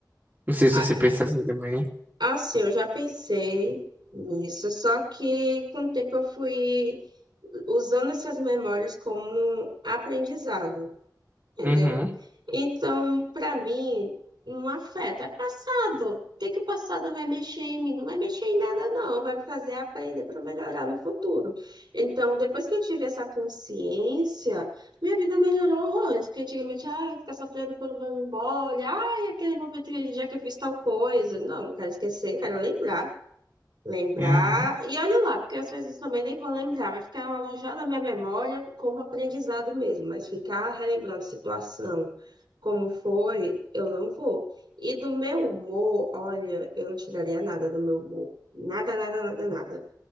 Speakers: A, on the right (about 25°); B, on the right (about 80°).
A: Não sei se
B: ah,
A: você
B: é,
A: pensa assim também.
B: Assim, eu já pensei nisso, só que com o tempo eu fui usando essas memórias como aprendizado entendeu?
A: Uhum,
B: Então, para mim, não afeta. É passado. O que que o passado vai mexer em mim? Não vai mexer em nada, não. Vai me fazer aprender para melhorar no futuro. Então, depois que eu tive essa consciência, minha vida melhorou horrores. Porque antigamente, ai, ficar sofrendo por uma memória, ai, aquele momento, aquele dia que eu fiz tal coisa. Não, não quero esquecer, quero lembrar. Lembrar,
A: uhum,
B: e olha lá, porque às vezes também nem vou lembrar, vai ficar alojado na minha memória como aprendizado mesmo, mas ficar relembrando situação, como foi, eu não vou. E do meu humor, olha, eu não tiraria nada do meu humor. Nada, nada, nada, nada.